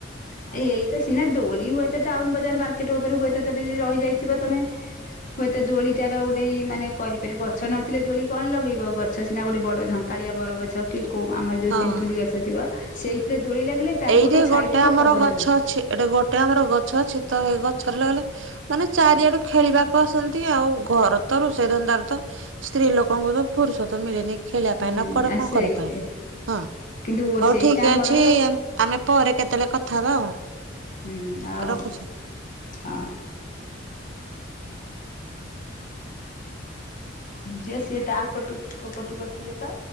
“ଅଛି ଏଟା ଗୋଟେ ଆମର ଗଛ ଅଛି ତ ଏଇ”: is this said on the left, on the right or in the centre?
Right